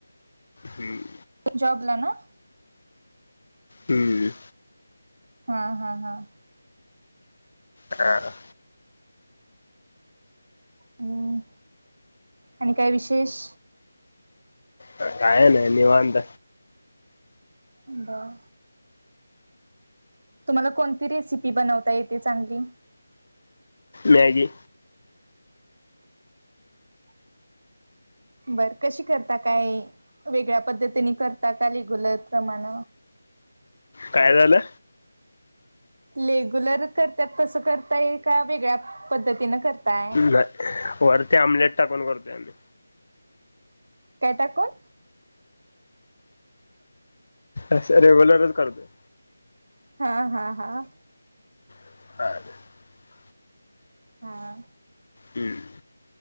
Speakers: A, on the left (about 55°); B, on the right (about 60°).
A: हम्म
B: जॉबला ना?
A: हम्म.
B: हा हा हां.
A: हां हां
B: हम् आणि काय विशेष.
A: काय नाही निवांत.
B: बरं तुम्हाला कोणती रेसिपी बनवता येते चांगली.
A: मॅगी.
B: बर कशी करता काय वेगळ्या पद्धतीने करता का रेग्युलर प्रमाण?
A: काय झालं.
B: लेग्युलर करतात तसं करता येईल का वेगळ्या पद्धतीन करताय?
A: नाही वरती आमलेट टाकून करतोय आम्ही.
B: काय टाकून?
A: अस रेगुलरच करतो.
B: हा हा हां.
A: <unintelligible>
B: हा.
A: हम्म.